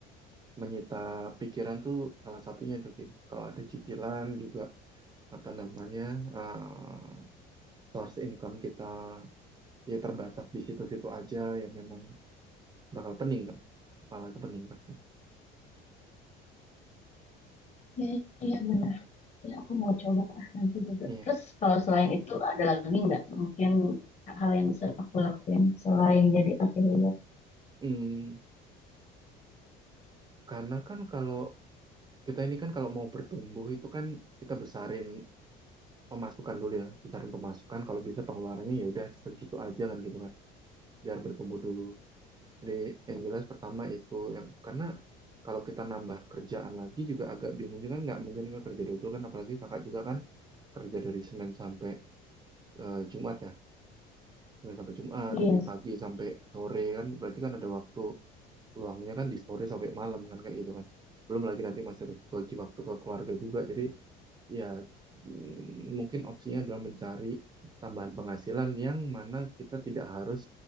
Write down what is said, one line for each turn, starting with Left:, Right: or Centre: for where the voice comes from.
Right: menyita pikiran tuh salah satunya itu sih. Kalau ada cicilan juga apa namanya eh, source income kita ya terbatas di situ-situ aja ya memang bakal pening kan kepala itu pening pasti
Left: Iya, iya benar. Ya aku mau coba ah, nanti juga.
Right: iya
Left: Terus kalau selain itu ada lagi nggak mungkin hal yang bisa aku lakuin selain jadi affiliate?
Right: Hmm, karena kan kalau kita ini kan kalau mau bertumbuh itu kan kita besarin pemasukan dulu ya besarin pemasukan kalau bisa pengeluarannya ya udah segitu aja kan gitu kan biar bertumbuh dulu jadi yang jelas pertama itu yang karena kalau kita nambah kerjaan lagi juga agak bingung juga kan nggak mungkin nggak kerja double kan apalagi kakak juga kan kerja dari Senin sampai eh, Jumat ya Senin sampai Jumat
Left: Iya.
Right: dari pagi sampai sore kan berarti kan ada waktu luangnya kan di sore sampai malam kan kayak gitu kan belum lagi nanti masih harus bagi waktu ke keluarga juga jadi ya mm, mungkin opsinya adalah mencari tambahan penghasilan yang mana kita tidak harus